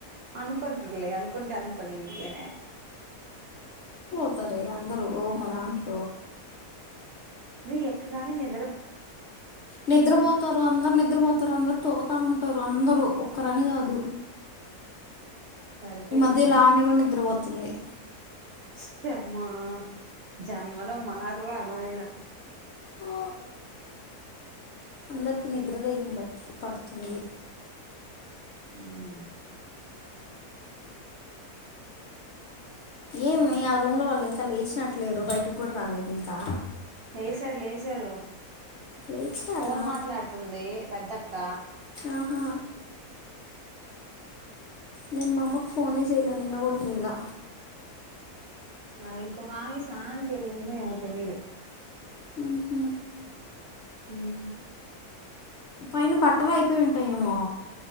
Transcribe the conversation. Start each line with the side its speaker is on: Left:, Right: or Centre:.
Right: అనుకుంటర్లే అనుకుంటే అనుకుని నికేనే
Left: త్తరే అందరు ఓ మా దాంట్లో
Right: మరి ఎక్కగానే నిన్
Left: నిద్రపోతారు అందర్ నిద్రపోత్ తర అందరు తోతా ఉంటారు అందరూ ఒక్కరని కాదు
Right: సరిపోయిందిపా
Left: ఈ మధ్య లావాణ్య గూడా నిద్రవోతుంది.
Right: చెమ్మా జన్మలో మార్రా నాయన
Left: ఆ అందరికీ నిద్రదయ్యబట్ పడుతుంది
Right: హ్మ్!
Left: ఏమి? ఆ రూమ్ లో వాళ్ళు ఇంకా లేచినట్లేరు బయటికి కూడా రాలేదు ఇంకా.
Right: లేసారు, లేసారు,
Left: లేచారా
Right: ఫోన్ మాట్లాడుతుంది పెద్దక్క.
Left: ఆహా నేను మామ్మకు ఫోనే చేయ్యలే, నిన్న కూడా చేయ్యలే.
Right: ఆ ఇంకోఆమె స్నానానికి కెళ్లిందో ఏమో తెలీదు.
Left: ఉహు.
Right: హ్మ్!
Left: పైన బట్టలు అయిపోయి ఉంటాయేమో?